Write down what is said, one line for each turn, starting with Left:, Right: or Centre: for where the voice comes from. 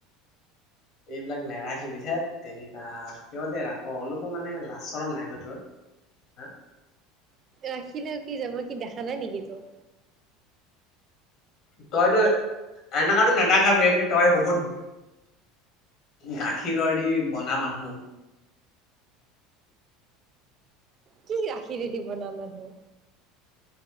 Left: এইবিলাক নেৰাাখিবি ঠেত তেৰিকা কিয় যে ৰাখ অলপো মানে লাজ-চৰম নাই ন তোৰ হা
Right: ৰাখিলেও কি যাব কি দেখা নাই নেকি তয়
Left: তইতো এনেকুৱাতো নেদেখাবি তই বহুত গাখীৰৰ দি বনা মানুহ
Right: কি গাখিৰেদি বনা মানুহ